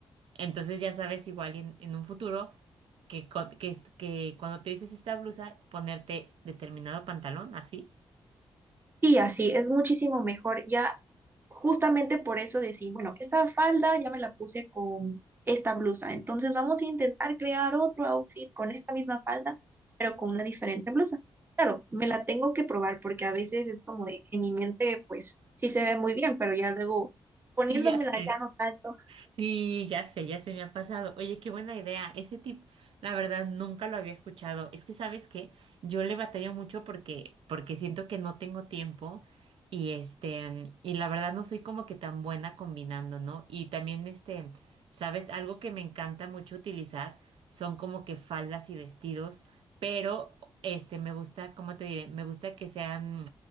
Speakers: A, on the right; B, on the right.
A: Entonces ya sabes igual en, en un futuro que, co- que, est- que cuando te dices esta blusa, ponerte determinado pantalón, así.
B: Sí, así, es muchísimo mejor. Ya justamente por eso decir, bueno, esta falda ya me la puse con esta blusa. Entonces vamos a intentar crear otro outfit con esta misma falda, pero con una diferente blusa. Claro, me la tengo que probar porque a veces es como de, en mi mente, pues sí se ve muy bien, pero ya luego poniéndomela
A: Sí, ya sé.
B: ya no tanto.
A: Sí, ya sé, ya se me ha pasado. Oye, qué buena idea. Ese tip, la verdad, nunca lo había escuchado. Es que, ¿sabes qué? Yo le batallo mucho porque, porque siento que no tengo tiempo y este, y la verdad no soy como que tan buena combinando, ¿no? Y también este, ¿sabes? Algo que me encanta mucho utilizar son como que faldas y vestidos, pero este, me gusta, ¿cómo te diré? Me gusta que sean...